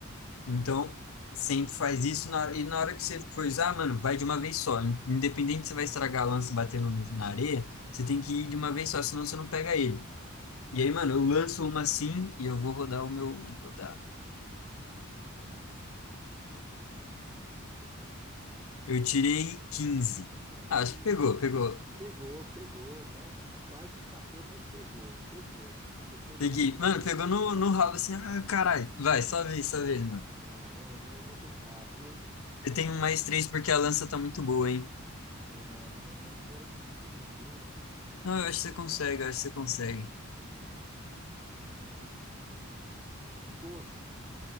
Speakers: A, on the right; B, on the left.
A: hum.
B: Então, sempre faz isso, na, hora- e na hora que você for usar, mano, vai de uma vez só. In- Independente se você vai estragar a lança batendo no- na areia, você tem que ir de uma vez só, senão você não pega ele.
A: Entendi.
B: E aí, mano, eu lanço uma assim e eu vou rodar o meu, o meu dado.
A: Tá. Boa. Nossa, muito diferente.
B: Eu tirei 15. Ah,
A: quinze
B: acho que pegou, pegou.
A: Pegou, pegou. Nossa, quase escapou, mas pegou, pegou. Você é todo
B: Peguei.
A: orgulhoso.
B: Mano, pegou no, no rabo assim. Ah, caralho. Vai, só vez, só vez, mano.
A: Vou, vou, vou vou tentar, viu? Não,
B: Eu tenho
A: não,
B: um mais três porque a lança tá muito boa, hein?
A: é, não, não espere muito de mim, viu?
B: Não,
A: Mas
B: eu acho
A: vou tentar.
B: que você consegue, eu acho que você consegue.
A: Vamos lá. doze